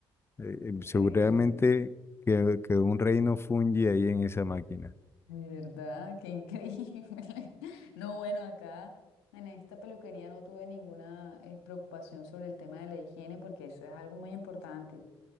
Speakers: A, on the left; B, on the left.
A: eh, eh, seguramente
B: Increíble.
A: quedó, quedó un reino fungi ahí en esa máquina.
B: De verdad, qué increíble. <laughs> No, bueno, acá en esta peluquería no tuve ninguna eh, preocupación sobre el tema de la higiene porque eso es algo muy importante